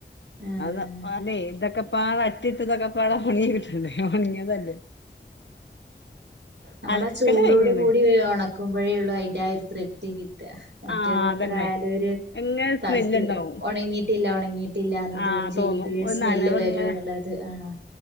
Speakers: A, on the right (about 75°); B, on the left (about 85°).
A: ആഹ്
B: അത അല്ലെ ഇതക്ക പാറ അട്ടി ഇട്ടതക്കപ്പോല ഹുണീതിട്ടിട്ടുണ്ടേ ഒണങ്ങിയതല്ല
A: നമ്മള
B: അലക്കല്
A: ചൂടോട്
B: കഴിഞ്ഞണ്
A: കൂടി വെ ഒണ ക്കുമ്പോഴേയൊള്ളു അതിന്റെ ആയൊരു തൃപ്തി കി- ട്ട മറ്റേത്
B: ആ
A: എത്ര
B: അതന്നെ
A: ആയാലും ഒരു
B: എങ്ങനെ സ്മെല്ല്
A: സ്ത്ര
B: ഉണ്ടാവും
A: ഒണങ്ങിയിട്ടില്ല ഒണങ്ങിട്ടില്ലാന്ന്
B: ആ
A: തോന്നും ചെയ്യും പിന്നെ
B: ഒരു
A: സ്മെല്ല്
B: നനവ്
A: വരും
B: ഇങ്ങനെ
A: എന്നുള്ളത് ആ അ